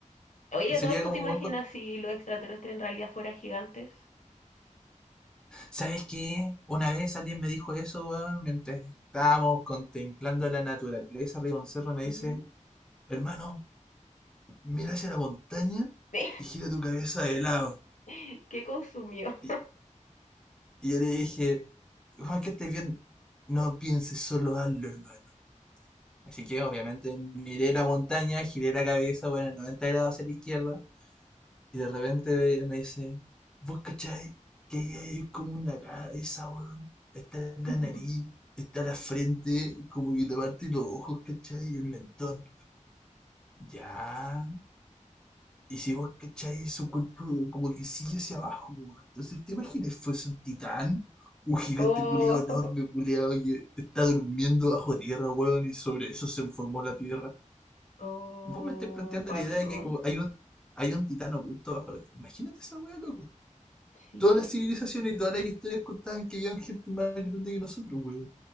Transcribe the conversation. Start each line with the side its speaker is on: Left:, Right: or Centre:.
Left: Oye,
Centre: Sería
Left: todo esto
Centre: como,
Left: te imaginas
Centre: weón,
Left: si los extraterrestres en realidad fueran gigantes.
Centre: ¿Sabes qué? Una vez alguien me dijo eso, weón, mientras estábamos contemplando la naturaleza arriba de un cerro, y me
Left: Ujú.
Centre: dice, hermano, mira hacia la montaña
Left: Sí.
Centre: y gira tu cabeza de lado.
Left: <laughs> ¿Qué consumió?
Centre: Y, y yo le dije, Juan, que estés bien, no pienses solo hazlo, hermano. Así que obviamente miré la montaña, giré la cabeza, bueno, 90 grados hacia la izquierda, Y de repente me dice, ¿vos cachai? Que hay como una cabeza, weón. Está en la
Left: <laughs>
Centre: nariz, está en la frente, como que la parte de los ojos, ¿cachai? Y el mentón. Ya. Y si vos cachai, su cuerpo como que sigue hacia abajo, weón. Entonces, ¿te imaginas fuese un titán? Un gigante
Left: Oh,
Centre: culeado enorme, culeado, que está durmiendo bajo tierra, weón, y sobre eso se formó la tierra.
Left: oh,
Centre: Vos me estás planteando
Left: acuático.
Centre: la idea de que hay como- hay un, hay un titán oculto bajo la tierra. Imagínate esa weá, loco.
Left: Sí.
Centre: Todas las civilizaciones y todas las historias contaban que había gente más grande que nosotros, weón.